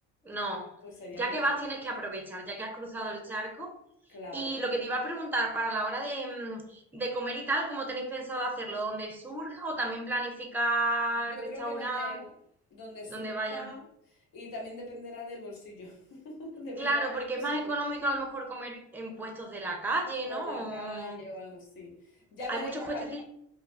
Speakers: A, in the centre; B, on the left.
A: No.
B: pues sería
A: Ya
B: un poco
A: que vas, tienes que aprovechar, ya que has cruzado el charco.
B: claro.
A: Y lo que te iba a preguntar, para la hora de, mm, de comer y tal, ¿cómo tenéis pensado hacerlo? ¿Dónde surja o también planificar
B: Yo
A: restaurar?
B: creo que donde, donde surja,
A: ¿Dónde vaya?
B: y también dependerá del bolsillo, <laughs> dependerá
A: Claro,
B: del
A: porque
B: presupuesto,
A: es más económico a lo mejor comer en puestos de la calle,
B: por
A: ¿no?
B: la calle
A: O-
B: o algo así. Ya
A: Hay
B: veremos,
A: muchos puestos
B: tam-